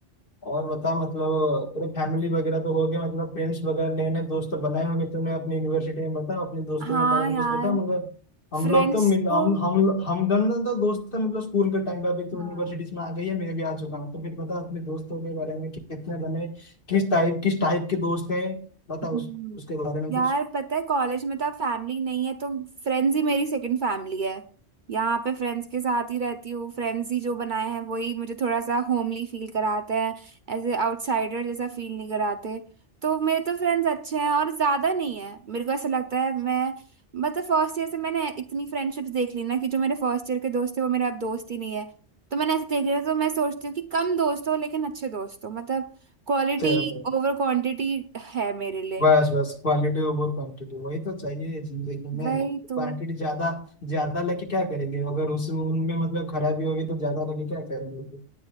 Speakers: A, on the left; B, on the right.
A: और बता मतलब तेरे फैमिली वगैरह तो हो गए मतलब फ्रेंड्स वगैरह नए नए दोस्त तो बनाए होंगे तूने अपनी यूनिवर्सिटी में बता अपने दोस्तों
B: हाँ
A: के बारे में
B: यार
A: कुछ बता मगर हम
B: फ्रेंड्स
A: लोग तो मिल
B: तो
A: हम हम हम दोनों तो दोस्त थे मतलब स्कूल के टाइम पे अभी तो
B: हाँ
A: यूनिवर्सिटीज में आ गई है मैं भी आ चुका हूँ तो फिर बता अपने दोस्तों के बारे में कि कितने बने किस टाइप किस टाइप के दोस्त हैं बता
B: हम्म।
A: उस, उसके बारे में
B: यार पता है कॉलेज में तो अब फैमिली नहीं है तो फ्रेंड्स ही मेरी सेकंड फैमिली है यहाँ पे फ्रेंड्स के साथ ही रहती हूँ फ्रेंड्स ही जो बनाए हैं वही मुझे थोड़ा सा होमली फील कराते हैं ऐसे आउटसाइडर जैसा फील नहीं कराते तो मेरे तो फ्रेंड्स अच्छे हैं और ज्यादा नहीं है मेरे को ऐसा लगता है मैं मतलब फर्स्ट ईयर से मैंने इतनी फ्रेंडशिप्स देख ली ना कि जो मेरे फर्स्ट ईयर के दोस्त थे वो मेरे अब दोस्त ही नहीं है तो मैंने ऐसे देख लिया तो मैं सोचती हूँ कि कम दोस्त हो लेकिन अच्छे दोस्त हो मतलब क्वालिटी
A: कुछ
B: ओवर क्वांटिटी है मेरे लिए
A: बस बस क्वालिटी ओवर क्वांटिटी वही तो चाहिए जिंदगी में
B: वही
A: क्वांटिटी
B: तो
A: ज्यादा ज्यादा लेके क्या करेंगे अगर उस उनमें मतलब खराबी होगी तो ज्यादा लेके क्या करेंगे फिर?